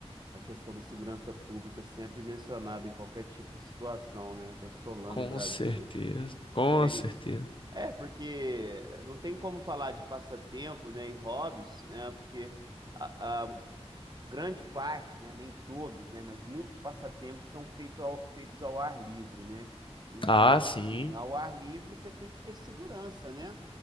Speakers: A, on the right; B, on the left.
A: a questão da segurança pública sempre mencionada em qualquer tipo de situação, né? Tá assolando
B: Com
A: o Brasil.
B: certeza, com
A: Fere,
B: certeza.
A: É, porque não tem como falar de passatempo, né, e hobbies, né, porque a, a grande parte, né, nem todos, né, mas muitos passatempos são feito ao- feitos ao ar livre, né? Então,
B: Ah, sim.
A: assim, ao ar livre você tem que ter segurança, né?